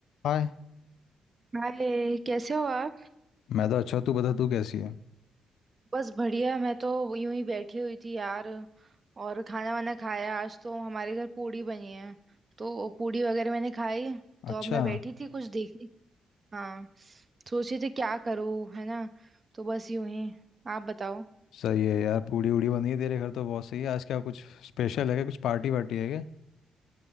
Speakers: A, on the left (about 85°); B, on the right (about 25°).
A: हाय
B: हाय कैसे हो आप
A: मैं तो अच्छा तू बता तू कैसी है
B: बस बढ़िया मैं तो यूं ही बैठी हुई थी यार और खाना वाना खाया आज तो हमारे घर पूड़ी बनी है तो पूड़ी वगैरह मैंने खाई तो
A: अच्छा
B: अब मैं बैठी थी कुछ देखने की हाँ सोच रही थी क्या करूँ है ना तो बस यूं ही आप बताओ
A: सही है यार पूड़ी उड़ी बनी है तेरे घर तो बहुत सही है आज क्या कुछ स्पेशल है क्या कुछ पार्टी वार्टी है क्या